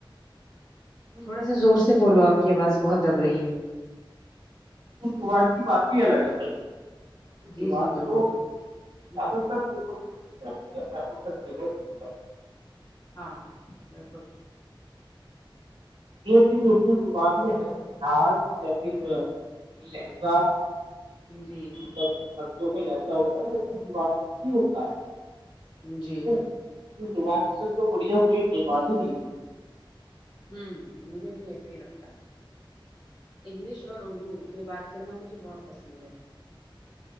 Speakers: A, on the right; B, on the left.
A: ج <unintelligible>
B: تھوڑا سا زور سے بولو آپ کی آواز بہت دب رہی ہے
A: اردو زبان کی بات ہی الگ ہے بھائی اردو
B: جی
A: زبان
B: جی بالکل
A: تو
B: ہ
A: زیادہ تر میں بولی جاتی ہے زیادہ تر جگہ بولی جاتی ہے
B: ہاں ہاں بالکل
A: دو تین اردو زبان میں ہے مٹس یا پھر لہنگا <unintelligible>
B: جی
A: سب شبدوں کو لہسا ہوتا ہے وہ تو دیوار میں ہی ہوتا ہے
B: جی
A: اردو زبان سے تو بڑھیا کوئی زبان ہی نہیں ہے
B: ہوں مجھے بھی ایسا ہی لگتا انگلش اور اردو میں بات کرنا مجھے بہت پسند ہے